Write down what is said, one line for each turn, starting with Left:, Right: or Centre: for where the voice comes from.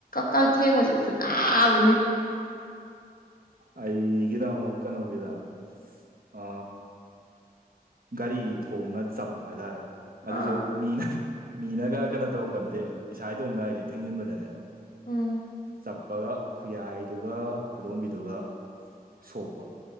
Left: ꯀꯛꯊꯦꯡꯕꯁꯤ ꯈꯨꯟꯅꯥ ꯑꯃꯅꯤ
Right: ꯑꯩꯒꯤꯗ ꯑꯃꯨꯛ ꯀꯩꯅꯣꯒꯤꯗ ꯑ ꯒꯥꯔꯤ ꯊꯣꯡꯅ ꯆꯞꯄ ꯍꯥꯏꯇꯥꯔꯦ ꯑꯗꯨꯁꯨ
Left: ꯑꯥ
Right: ꯃꯤꯅ ꯃꯤꯅꯒ ꯀꯩꯅꯣ ꯇꯧꯔꯛꯄ ꯅꯠꯇꯦ ꯏꯁꯥ ꯏꯇꯣꯝꯗ ꯍꯥꯏꯗꯤ ꯊꯤꯡꯖꯤꯟꯕꯗꯅꯦꯕ
Left: ꯎꯝ
Right: ꯆꯞꯄꯒ ꯈꯨꯌꯥꯏꯗꯨꯒ ꯈꯨꯗꯣꯝꯕꯤꯗꯨꯒ ꯁꯣꯛꯄ